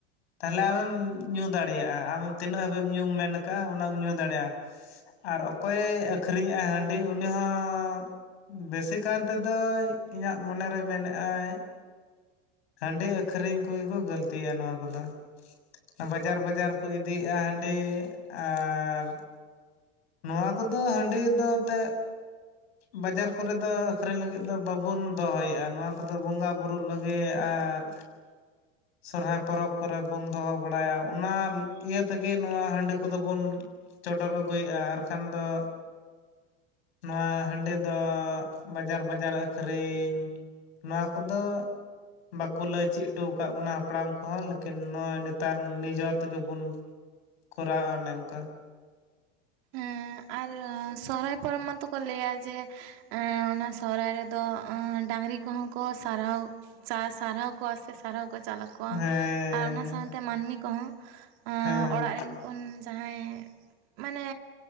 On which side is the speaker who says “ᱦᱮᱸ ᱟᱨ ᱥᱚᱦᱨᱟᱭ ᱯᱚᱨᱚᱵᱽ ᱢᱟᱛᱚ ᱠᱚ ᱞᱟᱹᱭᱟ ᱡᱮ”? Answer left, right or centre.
Right